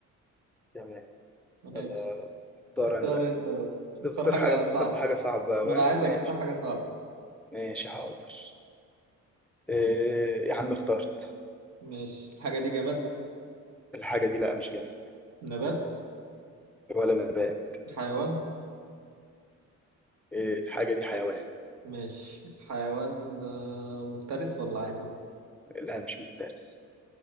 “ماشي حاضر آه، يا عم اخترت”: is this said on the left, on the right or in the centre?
Centre